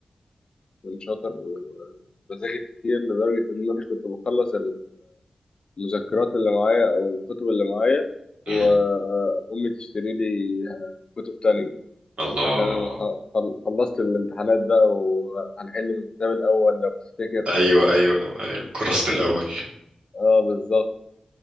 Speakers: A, on the left; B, on the right.
A: كنت شاطر وبذاكر كتير لدرجة إن أنا كنت بخلص المذكرات اللي معايا او الكتب اللي معايا وامي
B: مم.
A: تشتري لي كتب تانية
B: الله
A: عشان خ- خل- خلصت الامتحانات بقى وهنحل من الكتاب الاول لو تفتكر
B: ايوه ايوه ايوه كرست الاول
A: اه بالظبط